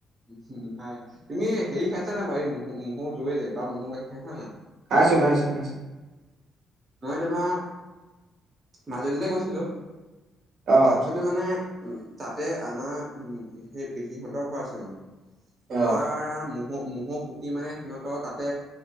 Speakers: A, on the right; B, on the right.
A: উম হুম হয় তুমি হেৰি খাইছা নে বাৰু এই ম মহৰ দৈ যে বা ম'হৰ গাখীৰ খাইছা নাই
B: খাইছো খাইছো খাইছো
A: মই তোমাৰ মাজুলীলৈ গৈছিলো
B: অ
A: তাৰপিছত মানে উ তাতে আমাৰ উম সেই পেহীহঁতৰ ঘৰ আছে মানে
B: অ
A: তোমাৰ মু ম মহৰ খুটি মানে সিহঁতৰ তাতে